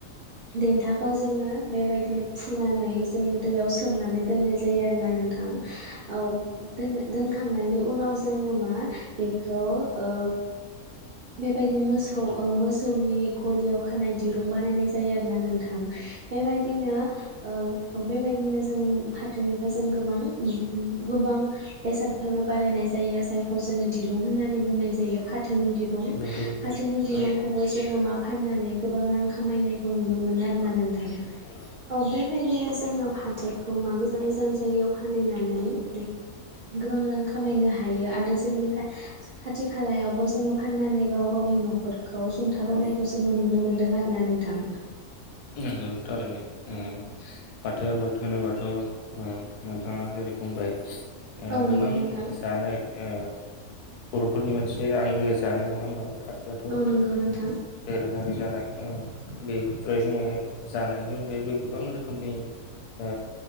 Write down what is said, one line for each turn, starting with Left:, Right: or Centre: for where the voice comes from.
Right: देन्थाखौ जोङो बेबायदिनो फुनानै जोङो दैयाव सोमनानै दोननाय जायो आरोना नोंथां। औ दोनाय दोनखांनायनि उनाव जोङो मा बेखौ ओ <unintelligible> बेदिनो मोसौ
Left: औ
Right: ओ मोसौनि गलियाव खानाय दिरुं बानायनाय जायो आरोना नोंथां बेबायदिनो औ औ बेबायदिनो जोङो फाथोनिफ्राय जों गोबां उम उम गोबां बेसादफोरबो बानायायनाय जायो। जायखौ जोङो दिरुं होनना बुंनाय जायो फाथनि दि रुं
Left: नंगौ नोंथां
Right: फाथोनि दिरुंखौबो
Left: औ
Right: जोङो मा फाननानै गोबां रां खामायनायखौ नुनो मोनो
Left: औ
Right: आरोना नोंथां
Left: नंगौ
Right: औ बेबायदिनो जोङो फा फाथोखौ मा गोजान गोजान जायगायाव फानहैनानै गोबां रां खामायनो हायो आरो जोंनि खा खाथि खालायावबो जोङो फाननानै गाव गावनि न'खर खौ सुंथाबोनायखौ
Left: औ
Right: जोङो नुनो मोनो। दों आरोना नोंथां।
Left: नंगौ थारैनो उम
Right: औ
Left: फाथो आबाद होनोबाथ' उम नोंथाङा जेरै बुंबाय ओ
Right: औ
Left: गोबां
Right: नंगौ नोंथां
Left: जानाय ओ बर'फोरनि मोनसे आंगो जानाय नङा होमबा? <unintelligible>
Right: औ नंगौ नोंथां
Left: दोरों खारि जानाय ओ बेनि ओमफ्राय जोङो जानायनि अनगायैबो गोबां रोखोमनि ओ